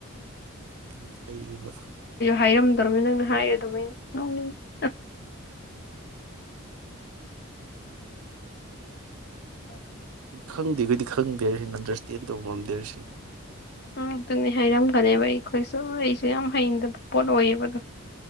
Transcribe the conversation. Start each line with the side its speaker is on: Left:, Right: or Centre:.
Right: ꯎꯝ ꯐꯌꯦꯕ
Left: ꯍꯥꯏꯔꯝꯗꯧ꯭ꯔꯅꯤ ꯅꯪꯅ ꯍꯥꯏꯔꯦ ꯑꯗꯨꯃꯥꯏ ꯅ ꯑꯣꯦ ꯎꯣꯏ
Right: ꯈꯪꯗꯦ ꯑꯩꯈꯣꯏꯗꯤ ꯈꯪꯗꯦꯔꯤꯁꯤꯅ ꯑꯟꯗꯔꯁꯇꯦꯟ ꯇꯧꯕ ꯉꯝꯗꯦꯔꯁꯤꯅ
Left: ꯃꯔꯛꯇꯨꯅꯤ ꯍꯥꯏꯔꯝꯒꯅꯦꯕ ꯑꯩꯈꯣꯏꯁꯨ ꯑꯩꯁꯨ ꯌꯥꯝ ꯍꯩꯅꯗꯕ ꯄꯣꯠ ꯑꯣꯏꯌꯦꯕ ꯑꯗꯣ